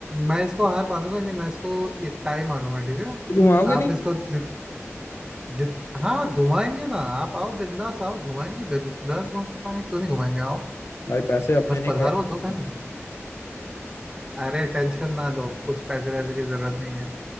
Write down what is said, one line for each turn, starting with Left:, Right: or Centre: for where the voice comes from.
Right: मैं इसको हार मानूंगा नहीं मैं इसको ये टाई मानूंगा ठीक है
Left: तो घुमाओगे नहीं
Right: आप इसको जित जित हाँ घुमाएंगे ना आप आओ बिंदास आओ घुमाएंगे बिंदास घुमाएंगे क्यों नहीं घुमाएंगे आओ
Left: भाई पैसे अपने
Right: बस
Left: नहीं
Right: पधारो
Left: लगा
Right: तो पहले अरे टेंशन ना लो कुछ पैसे वैसे की जरूरत नहीं है